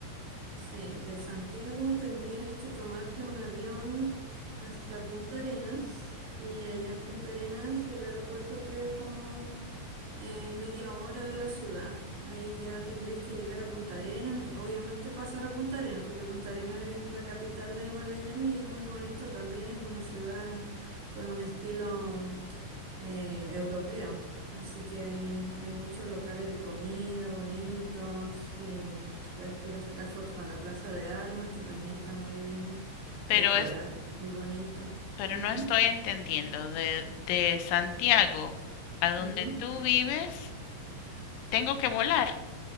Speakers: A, on the right; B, on the left.
A: Sí, de Santiago tendrías que tomarte un avión hasta Punta Arenas y allá en Punta Arenas el aeropuerto queda como eh, media hora de la ciudad. Ahí ya tendrías que llegar a Punta Arenas, y obviamente pasar a Punta Arenas, porque Punta Arenas es la capital de Magallanes y es muy bonito también, es una ciudad con un estilo eh, europeo. Así que ahí hay muchos locales de comida bonitos Puedes ir a sacar fotos a la Plaza de Armas, que también está muy bien
B: Pero
A: decorada,
B: es,
A: muy bonita.
B: pero
A: Ujú,
B: no estoy entendiendo de, de Santiago a donde
A: ujú.
B: tú vives, tengo que volar.